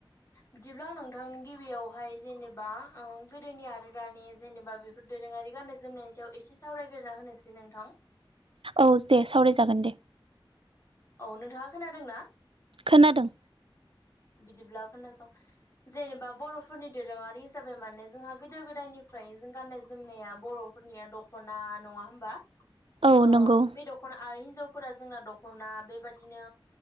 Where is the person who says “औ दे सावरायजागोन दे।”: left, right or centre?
Right